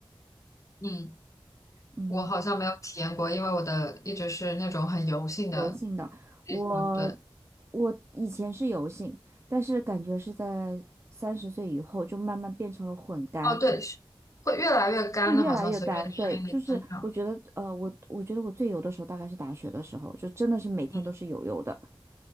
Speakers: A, on the left; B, on the right.
A: 嗯，
B: 嗯，
A: 我好像没有体验过，因为我的一直是那种很油性的
B: 油性的。
A: 皮肤，
B: 我
A: 对。
B: 我以前是油性，但是感觉是在三十岁以后就慢慢变成了混干。
A: 哦，对，是会越来越干的，
B: 会越来越干，
A: 好像随着年龄的增长。
B: 对，就是我觉得，呃，我我觉得我最油的时候大概是大学的时候，就真的是每天都是油油的。
A: 嗯，